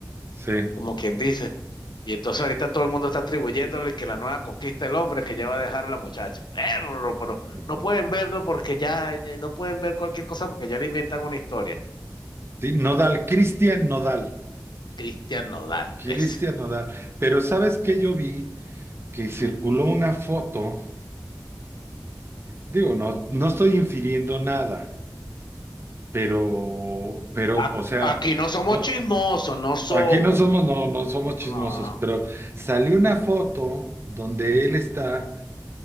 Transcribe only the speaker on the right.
sí.
Ujú.
Sí, Nodal, Cristian Nodal,
Cristian
Nodal. Pero ¿sabes qué yo vi? Que circuló una foto. Digo, no, no estoy infiriendo nada, pero, pero,
o sea,
o-
aquí no somos, no, no somos chismosos,
pero salió una foto donde él está